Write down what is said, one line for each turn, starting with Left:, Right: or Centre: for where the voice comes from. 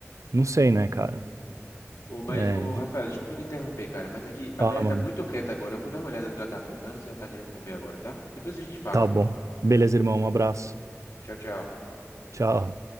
Right: não sei, né, cara?
Left: Ô, mas,
Right: É,
Left: ô, Rafael, desculpa te interromper, cara, mas é que a
Right: fala,
Left: Mary tá
Right: mano.
Left: muito quieta agora. Eu vou dar uma olhada no que ela tá aprontando, se ela tá querendo comer agora, tá? Depois a gente fala.
Right: Tá bom. Beleza, irmão, um abraço.
Left: Tchau, tchau.
Right: Tchau.